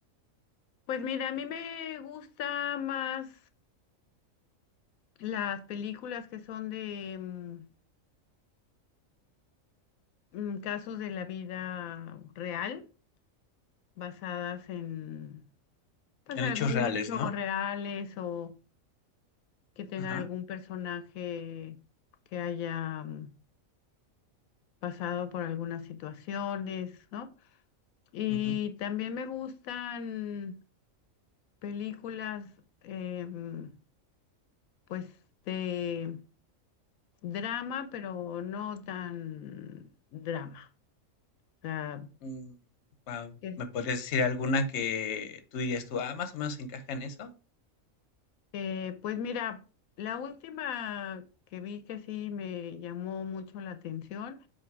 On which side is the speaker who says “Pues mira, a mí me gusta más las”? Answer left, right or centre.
Left